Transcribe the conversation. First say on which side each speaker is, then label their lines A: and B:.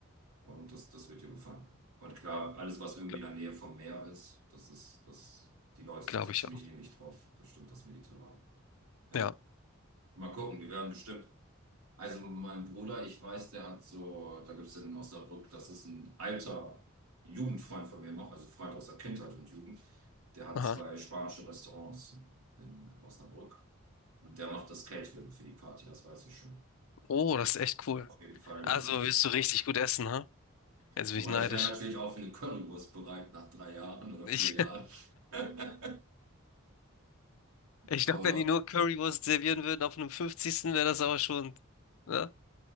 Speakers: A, on the right; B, on the left.
A: und das, das wird dir gefallen. Und klar, alles, was irgendwie
B: Gla-
A: in der Nähe vom Meer ist, das ist, das, die Leute
B: glaube
A: sind so
B: ich
A: ziemlich
B: auch.
A: ähnlich drauf. Das stimmt, das Mediterrane. Ja.
B: Ja.
A: Mal gucken, wir werden bestimmt. Also mein Bruder, ich weiß, der hat so, da gibt es in Osnabrück, das ist ein alter Jugendfreund von mir noch, also Freund aus der Kindheit und Jugend, der hat
B: Aha.
A: zwei spanische Restaurants in, in Osnabrück. Und der macht das Catering für die Party, das weiß ich schon.
B: Oh, das ist echt cool.
A: Auf jeden Fall.
B: Also willst du richtig gut essen, ha? Jetzt bin
A: Wobei
B: ich neidisch.
A: ich wäre natürlich auch für eine Currywurst bereit nach drei Jahren oder
B: Ich,
A: vier Jahren. <laughs>
B: <laughs> ich
A: Aber
B: glaube, wenn die nur Currywurst servieren würden auf einem fünfzigsten wäre das aber schon. Ne?